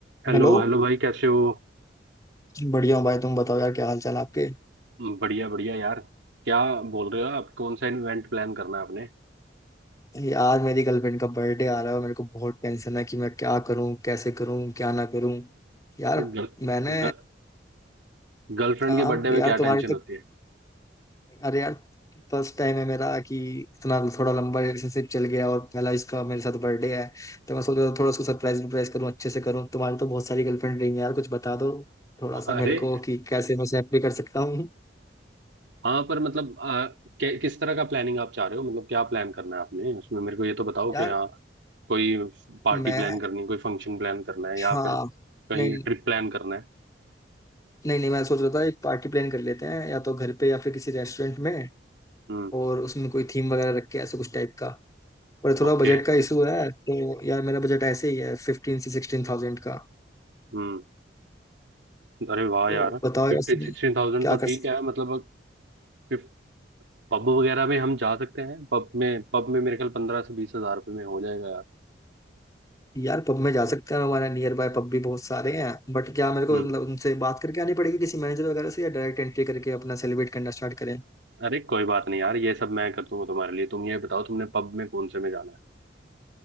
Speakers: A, on the right; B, on the left.
A: Hello
B: Hello
A: hello भाई कैसे हो
B: बढ़िया हूँ भाई तुम बताओ यार क्या हाल चाल आपके
A: बढ़िया बढ़िया यार क्या बोल रहे हो आप कौन सा इवेंट प्लान करना है आपने
B: यार मेरी गर्लफ्रेंड का बर्थडे आ रहा है और मेरे को बहुत टेंशन है कि मैं क्या करूँ कैसे करूँ क्या ना करूँ यार
A: ये गर्ल
B: मैंने
A: गर्लफ्रेंड
B: आप
A: के बर्थडे में
B: यार
A: क्या
B: तुम्हारी
A: टेंशन होती
B: तो
A: है
B: अरे यार फर्स्ट टाइम है मेरा कि इतना थोड़ा लंबा रिलेशनशिप चल गया और पहला इसका मेरे साथ बर्थडे है तो मैं सोच रहा था थोड़ा उसको सरप्राइज वरप्राइज करूँ अच्छे से करूँ तुम्हारी तो बहुत सारी गर्लफ्रेंड रही है यार कुछ बता दो थोड़ा
A: <laughs>
B: सा
A: अरे
B: मेरे को कि कैसे मैं उसे हैप्पी कर सकता हूँ
A: हाँ पर मतलब आ, कै- किस तरह का प्लानिंग आप चाह रहे हो मतलब क्या प्लान करना है आपने उसमें मेरे को ये तो बताओ
B: यार
A: कि हाँ कोई पार्टी
B: मैं
A: प्लान करनी कोई फंक्शन प्लान करना है या
B: हाँ
A: फिर कहीं
B: नहीं
A: ट्रिप प्लान करना है
B: नहीं नहीं मैं सोच रहा था एक पार्टी प्लान कर लेते हैं या तो घर पे या फिर किसी रेस्टोरेंट में
A: हम्म
B: और उसमें कोई थीम वगैरह रख के ऐसे कुछ टाइप का पर थोड़ा
A: ओके
B: बजट का इशू है तो यार मेरा बजट ऐसे ही है फिफ्टीन से सिक्सटीन थाउजेंड का
A: हम्म अरे वाह
B: तो
A: यार
B: बताओ
A: फिफ्टी
B: यार इसमें
A: सिक्सटीन थाउजेंड
B: क्या
A: तो
B: कर
A: ठीक
B: सकते
A: है मतलब 50 पब वगैरह में हम जा सकते हैं पब में पब में मेरे ख्याल पंद्रह से बीस हजार रुपये में हो जाएगा यार
B: यार पब में जा सकते हैं हमारे नियर बाय पब भी बहुत सारे हैं बट क्या मेरे को
A: हम्म
B: मतलब उनसे बात करके आनी पड़ेगी किसी मैनेजर वगैरह से या डायरेक्ट एंट्री करके अपना सेलिब्रेट करना स्टार्ट करें
A: अरे कोई बात नहीं यार ये सब मैं कर दूंगा तुम्हारे लिए तुम ये बताओ तुमने पब में कौन से में जाना है